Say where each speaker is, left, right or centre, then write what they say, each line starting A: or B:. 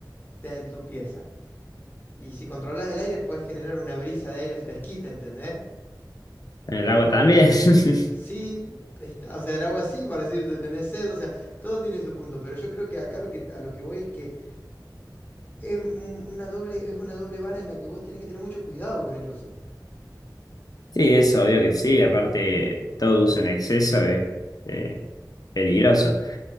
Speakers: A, on the left; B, on the left.
A: estás en tu pieza, y si controlás el aire puedes generar una brisa de aire fresquita, ¿entendés?
B: En el agua también. <laughs>
A: Sí, está, o sea, el agua sí, para decirte, tenés sed, o sea, todo tiene su punto, pero yo creo que acá lo que, a lo que voy es que es un- una doble, es una doble vara en la que vos tenés que tener mucho cuidado con el uso.
B: Sí, es obvio que sí. Aparte, todo uso en exceso es eh, peligroso.